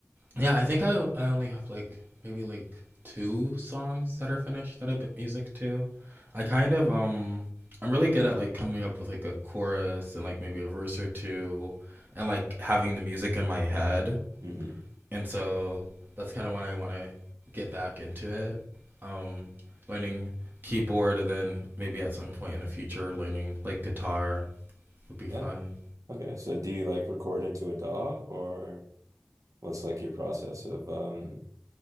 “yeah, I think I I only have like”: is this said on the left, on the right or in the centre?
Right